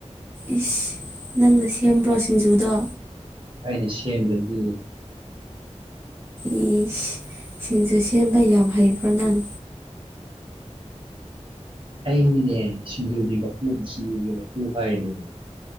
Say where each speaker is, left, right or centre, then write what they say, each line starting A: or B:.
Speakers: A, on the right (about 20°); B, on the right (about 45°).
A: ꯏꯁ ꯅꯪꯅ ꯁꯦꯝꯕ꯭ꯔꯣ ꯁꯤꯡꯖꯨꯗꯣ
B: ꯑꯩꯅ ꯁꯦꯝꯗꯔꯥꯗꯤ
A: ꯏꯁ ꯁꯤꯡꯖꯨ ꯁꯦꯝꯕ ꯌꯥꯝ ꯍꯩꯕ꯭ꯔꯣ ꯅꯪ
B: ꯑꯩꯅꯤꯅꯦ ꯁꯤꯡꯖꯨꯒꯤ ꯃꯄꯨ ꯁꯤꯡꯖꯨꯒꯤ ꯃꯄꯨ ꯍꯥꯏꯔꯤꯗꯣ